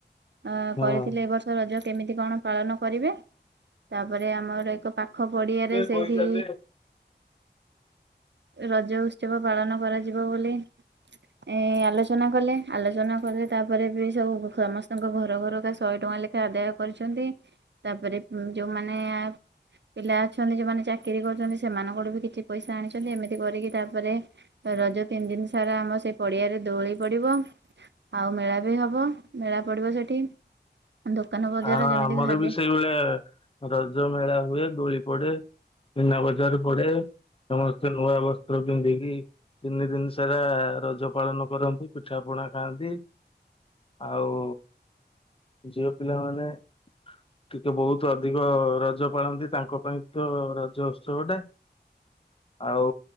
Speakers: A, on the right; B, on the left.
A: ଅ
B: ହଁ।
A: କରିଥିଲେ ଏ ବର୍ଷ ରଜ କେମିତି କଣ ପାଳନ କରିବେ, ତାପରେ ଆମର ଏକ ପାଖ ପଡିଆରେ ସେଇଠି
B: ହଁ
A: ରଜ ଉତ୍ସବ ପାଳନ କରାଯିବ ବୋଲି ଏ ଆଲୋଚନା କଲେ, ଆଲୋଚନା କଲେ ତାପରେ ବି ସବୁ ସମସ୍ତଙ୍କ ଘର ଘରକା ଶହେ ଟଙ୍କା ଲେଖା ଆଦାୟ କରିଚନ୍ତି। ତାପରେ ଯୋଉମାନେ ପିଲା ଅଛନ୍ତି ଯୋଉମାନେ ଚାକିରି କରୁଚନ୍ତି। ସେମାନଙ୍କଠୁ ବି କିଛି ପଇସା ଆଣିଛନ୍ତି। ଏମିତି କରିକି ତାପରେ ରଜ ତିନି ଦିନି ସାରା ଆମ ସେ ପଡିଆରେ ଦୋଳି ପଡିବ। ଆଉ ମେଳା ବି ହବ, ମେଳା ପଡ଼ିବ ସେଠି। ଦୋକାନ ବଜାର
B: ଆ ଆମର
A: ଯେମିତି ଖାଦ୍ୟ
B: ବି ସେଇଭଳିଆ ରଜ ମେଳା ହୁଏ। ଦୋଳି ପଡେ। ମିନା ବଜାର ପଡେ, ସମସ୍ତେ ନୂଆ ବସ୍ତ୍ର ପିନ୍ଧିକି ତିନି ଦିନି ସାରା ରଜ ପାଳନ କରନ୍ତି, ପିଠା ପଣା ଖାଆନ୍ତି। ଆଉ ଝିଅ ପିଲାମାନେ ଟିକିଏ ବହୁତ ଅଧିକ ରଜ ପାଳନ୍ତି, ତାଙ୍କ ପାଇଁ ତ ରଜ ଉତ୍ସବ ଟା। ଆଉ,